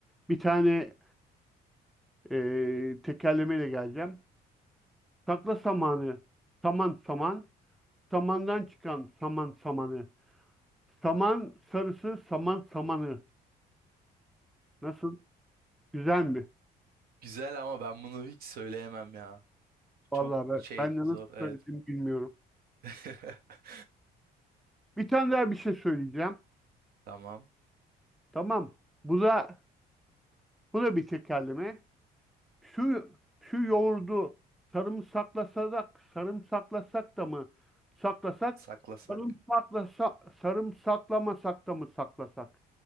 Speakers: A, in the centre; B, on the right.
A: Bir tane e, tekerlemeyle geleceğim. Sakla samanı, saman saman, samandan çıkan saman samanı. Saman sarısı, saman samanı. Nasıl? Güzel mi?
B: Güzel ama ben bunu hiç söyleyemem ya.
A: Vallahi
B: Çok
A: ben,
B: şey
A: ben de nasıl
B: zor evet.
A: söylediğimi bilmiyorum.
B: <laughs>
A: Bir tane daha bir şey söyleyeceğim.
B: Tamam.
A: Tamam. Bu da bu da bir tekerleme. Şu şu yoğurdu sarımsaklasak sarımsaklasak da mı saklasak
B: Saklasak.
A: sarımsaklasa sarımsaklamasak da mı saklasak?